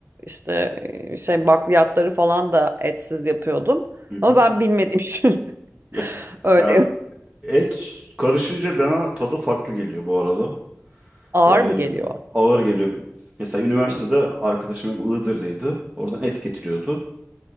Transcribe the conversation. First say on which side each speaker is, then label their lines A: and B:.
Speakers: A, on the right; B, on the right.
A: işte e, şey bakliyatları falan da etsiz yapıyordum.
B: Hı hı.
A: Ama ben bilmediğim için
B: Ya,
A: <laughs> öyle
B: ya et karışınca bana tadı farklı geliyor bu arada.
A: ağır
B: Ee,
A: mı geliyor?
B: ağır geliyor. Mesela üniversitede
A: Hmm.
B: arkadaşım hem Iğdırlıydı. Oradan et getiriyordu.